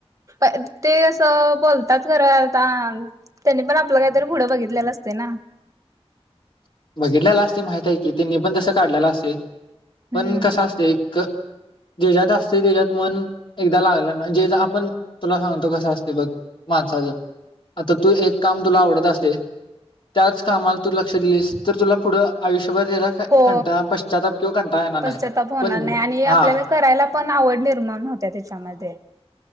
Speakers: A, on the right (about 30°); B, on the left (about 50°).
A: प ते बोलतात खरं आता त्यांनी पण आपलं काहीतरी पुढं बघितलेलं असते ना, <inaudible>
B: बघितलेला असते माहित आहे की त्यांनी पण तस काढलेलं असते पण
A: हम्म
B: कस असते. क जेच्यात असते त्याच्यात मन एकदा लागलं ना जे आपण तुला सांगतो कस असते बघ मा आता तू एक काम तुला आवडत असते त्याच कामाला तू लक्ष दिलीस. तर तुला पुढं आयुष्य <unintelligible>
A: हो
B: पश्चातातप किंवा कंटाळा येणार नाही
A: पश्चाताप होणार
B: पण
A: नाही आणि
B: हा
A: आपल्याला करायला पण आवड निर्माण होत्या त्याच्यामध्ये,